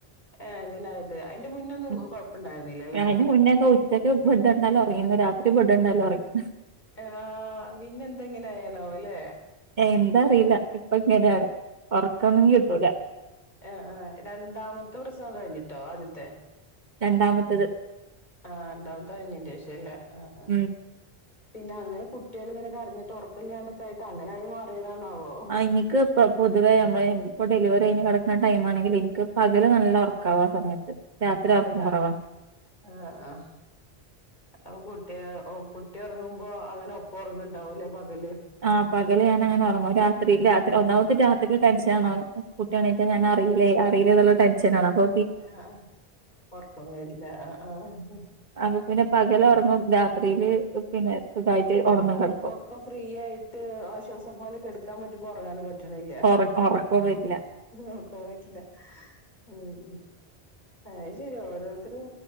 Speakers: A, on the left; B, on the right.
A: ആഹ് അങ്ങനെ ആയത് അയിന്റെ മുന്നൊന്നും
B: ഉം
A: കൊഴപ്പ്ണ്ടാര്ന്നിലലെ
B: അതിന് മുന്നേക്കെ വി ഉച്ചക്ക് ബെഡ് കണ്ടാലോ ഒറങ്ങി ഇന്ന് രാത്രി ബെഡ് കണ്ടാലോ ഒറങ്ങി.
A: ആഹ് പിന്നെന്തയിങ്ങനെ ആയോണാവല്ലെ
B: എന്താ അറീല, ഇപ്പോ ഇങ്ങനെയാണ് ഒറക്കൊന്നും കിട്ടൂല.
A: ആഹ് ആഹ് രണ്ടാമത്തെ പ്രസവം കഴിഞ്ഞിട്ടോ ആദ്യത്തെ?
B: രണ്ടാമത്തത്.
A: ആഹ് രണ്ടാമത്തേ കഴിഞ്ഞേന്റെ ശേഷവല്ലേ? ആഹ് ആഹ്
B: ഉം
A: പിന്നെ അങ്ങനെ കുട്ട്യാളിങ്ങനെ കരഞ്ഞിട്ട് ഒറകെല്ലാണ്ടൊക്കെ ആയിട്ട് അങ്ങനായി മാറിയതാണാവോ.
B: ആ ഇനിക്ക് ഇപ്പം പൊതുവേ നമ്മള് ഇപ്പോ ഡെലിവറി കഴിഞ്ഞ് കെടക്കുന്ന ടൈമാണെങ്കില് ഇനിക്ക് പകല് നല്ല ഒറക്കാവും ആ സമയത്ത് രാത്രി
A: എന്നിട്ടാ
B: ഉറക്കം കുറവാ
A: ആഹ് ആഹ് അപ്പോ കുട്ടിയള് കുട്ടി ഒറങ്ങുമ്പോ അങ്ങനെ ഒപ്പം ഒറങ്ങ് ഇണ്ടാവുല്ലേ പകല്?
B: ആഹ് പകല് ഞാനങ്ങനെ ഒറങ്ങും രാത്രിയില് രാത്രി ഒന്നാമത് രാത്രിയിക്ക് ടെൻഷനാണാണും കുട്ടി എണീറ്റാ ഞാൻ അറീലേ അറീലേ എന്നുള്ള ടെൻഷനാണ് അപ്പോ
A: ആഹ് ഒറക്കം വരില്ല ആഹ് ആഹ്.
B: അപ്പൊ പിന്നെ പകലൊറങ്ങും രാത്രിയില് പിന്നെ സുഖായിട്ട് ഒണർന്നും കെടക്കും.
A: ഒക്കെ ഫ്രീ ആയിട്ട് ആശ്വാസം പോലെ കെടക്കാൻ പറ്റുംമ്പോ ഒറങ്ങാനും പറ്റ്ണില്ല്യ
B: ഒറ ഒറക്കോം വരില്ല
A: ഒറക്കം വരില്ല ഉം അഹ്ശരിയാ ഓരോരുത്തരും